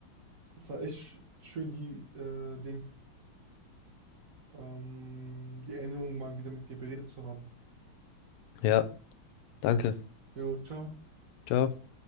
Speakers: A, on the right; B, on the left.
A: Es war echt sch- schön, die äh, Ding, ähm, die Erinnerungen mal wieder mit dir beredet zu haben.
B: Ja, danke.
A: Jo, ciao.
B: Ciao.